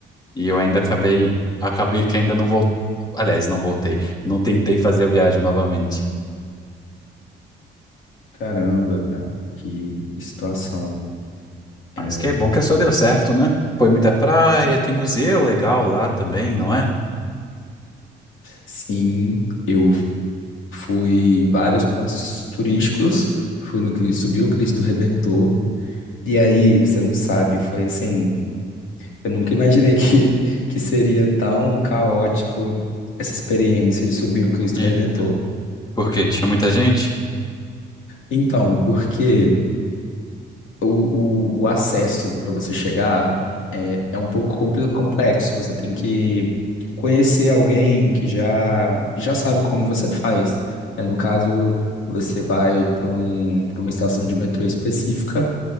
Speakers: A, on the left; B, on the left.
A: E eu ainda acabei, acabei que ainda não voltei. Aliás, não voltei. Não tentei fazer a viagem novamente.
B: Caramba, cara, que situação. É,
A: Mas que é bom que só deu certo, né? Foi muita praia, tem museu legal lá também, não é?
B: Sim, eu fui em vários pontos turísticos, fui no Cristo, subi o Cristo Redentor, e aí, você não sabe, foi assim, eu nunca imaginei <laughs> que, que seria tão caótico essa experiência de subir o Cristo
A: Eita.
B: Redentor.
A: Porque tinha muita gente.
B: Então, porque? o, o, o acesso para você chegar é, é um pouco compl- complexo. Você tem que conhecer alguém que já, já sabe como você faz. né? No caso, você vai para um, para uma estação de metrô específica